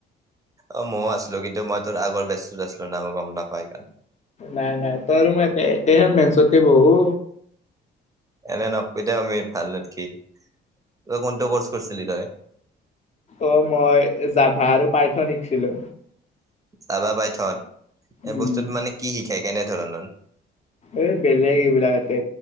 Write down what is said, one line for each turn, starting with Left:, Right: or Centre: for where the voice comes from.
Right: অহ মইও আছিলো কিন্তু মই তোৰ আগৰ বেছটোত আছিলো না মই গম নাপাই হেকাৰনে।
Left: নাই-নাই তইো মই একেইখন বেঞ্চতে বহো।
Right: এনে নকবি দে অমিত ভাল নেদখি। তই কোনটো কৰ্চ কৰিছিলি তই?
Left: অহ, মই যাভা আৰু পাইথ শিকছিলো।
Right: যাভা, পাইথন? এই
Left: উম
Right: বস্তুত মানে কি শিকায়, কেনে ধৰণৰ?
Left: এই বেলেগ এইবিলাক এতে